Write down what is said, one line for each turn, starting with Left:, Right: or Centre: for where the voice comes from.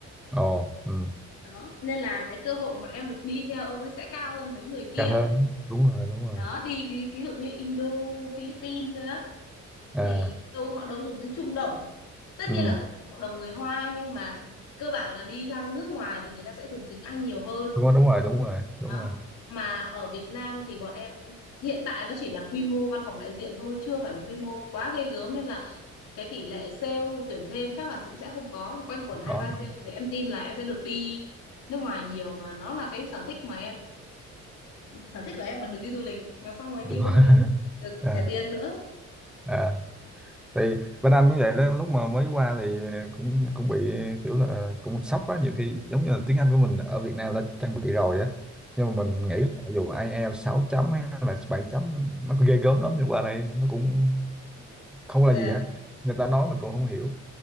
Centre: ồ ừ.
Left: đó nên là cái cơ hội mà em được đi theo ông ấy sẽ cao hơn mấy người kia
Centre: cao hơn đúng rồi đúng rồi
Left: đó đi ví, ví dụ như Indo Philippines nữa
Centre: à
Left: thì đâu họ đâu dùng tiếng Trung đâu tất
Centre: ừ.
Left: nhiên là cũng có cộng đồng người Hoa nhưng mà cơ bản là đi ra nước ngoài thì người ta sẽ dùng tiếng Anh nhiều hơn
Centre: đúng rồi đúng rồi đúng rồi đúng
Left: đó
Centre: rồi
Left: mà ở Việt Nam thì bọn em hiện tại nó chỉ là quy mô văn phòng đại diện thôi chưa phải là quy mô quá ghê gớm nên là cái tỷ lệ sale tuyển thêm chắc là cũng sẽ không có quanh quẩn hai
Centre: có
Left: ba sale thì em tin là em sẽ được đi nước ngoài nhiều mà nó là cái sở thích mà em sở thích của em là được đi du lịch mà xong rồi đi
Centre: Đúng
Left: công
Centre: rồi. <laughs>
Left: việc được
Centre: à,
Left: trả tiền nữa
Centre: à thì bên anh cũng vậy đó lúc mà mới qua thì cũng cũng bị kiểu là cũng sốc quá nhiều khi giống như là tiếng Anh của mình ở Việt Nam đã trang bị rồi á nhưng mà mình nghĩ là dù IELTS 6 chấm hay là bảy chấm nó có ghê gớm lắm nhưng qua đây nó cũng không
Left: Dạ.
Centre: là gì hết người ta nói mình cũng không hiểu